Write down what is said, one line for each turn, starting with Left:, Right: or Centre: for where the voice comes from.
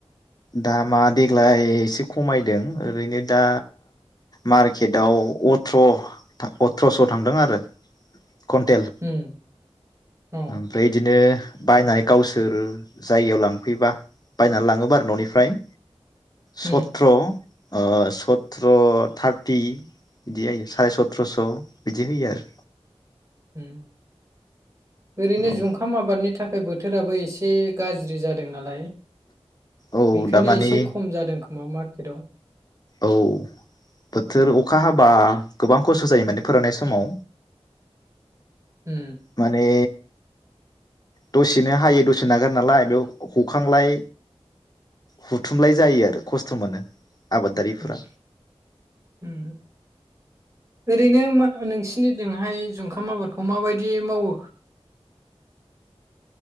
Left: दामा देग्लाय एसे खमायदों ओरैनो दा मारकेटआव अथ्र अथ्रस' थांदों आरो। कुन्टेल
Right: उम अ
Left: ओमफ्राय इदिनो बायनानै गावसोर जायगायाव लांफैबा बायनानै लाङोबा बारो न'निफ्राय सत्र
Right: उम
Left: ओ सत्र थार्टि बिदि जायो सारि सथ्रस' बिदि होयो आरो।
Right: उम ओरैनो
Left: औ
Right: जुंखाम आबादनि था थाखाय बोथोराबो एसे गाज्रि जादों। दों नालाय
Left: औ
Right: बेखायनो
Left: दामानि
Right: एसे खम जादों खो मा मार्कतदाव।
Left: औ बोथोर अखा हाबा गोबां खस्थ' जायो माने फोरोंनाय समाव
Right: उम
Left: माने दसेनो हायो दसे नागार नालाय बेयाव हखांलाय हुथुमलाय जायो आरो खस्थ' मोनो। आबादारिफोरा
Right: उम उम <unintelligible> इनिदिंहाय जुंखाम आबादखौ माबायदि मावो?